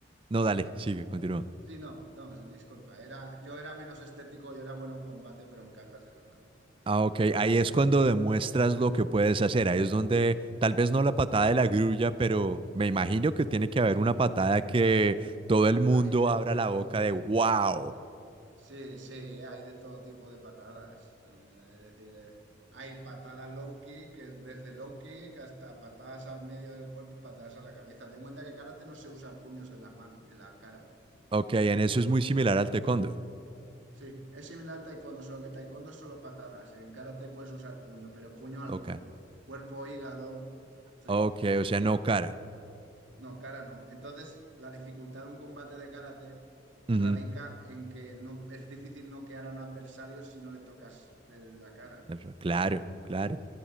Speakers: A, on the right; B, on the right.
A: No, dale, sigue, continúa.
B: sí, no, no, disculpa, era, yo era menos estético, yo era bueno en combate, pero en catas era mal
A: Ah,
B: por
A: ok.
B: ejemplo.
A: Ahí es cuando demuestras lo que puedes hacer. Ahí es donde, tal vez no la patada de la grulla, pero me imagino que tiene que haber una patada que todo el mundo
B: Hay de
A: abra
B: todo
A: la boca de
B: tipo.
A: wow.
B: Sí, sí, hay de todo tipo de patadas. Eh, Es decir, eh, hay patadas low kick, que es desde low kick hasta patadas al medio del cuerpo y patadas a la cabeza. Ten en cuenta que karate no se usa puños en las manos, en la cara.
A: Ok, en eso es muy similar al taekwondo.
B: Sí, es similar al taekwondo, solo que taekwondo es solo patadas. En karate puedes usar puño, pero puño al
A: Ok.
B: cuerpo. Cuerpo, hígado. Sí.
A: Ok, o sea, no cara.
B: No, cara no. Entonces, la dificultad de un combate de karate
A: Ujú.
B: radica en que no es difícil noquear a un adversario si no le tocas eh, la cara.
A: Pero Claro, claro.